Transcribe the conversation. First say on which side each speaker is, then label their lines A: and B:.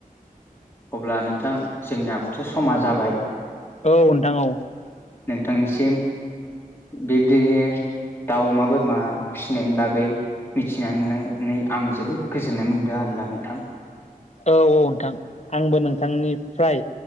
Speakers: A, on the left; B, on the left.
A: अब्ला नोंथां जोंनियाबोथ' समा जाबाय
B: औ नोंथां औ
A: नोंथांनिसिम बिबदिनो दाउ, अमा, बोरमा फिसिनायनि बागै मिथिनानैनै आं जोबोद गोजोननाय मोनदों आरोना नोंथां।
B: औ औ नोंथां आंबो नोंथांनिफ्राय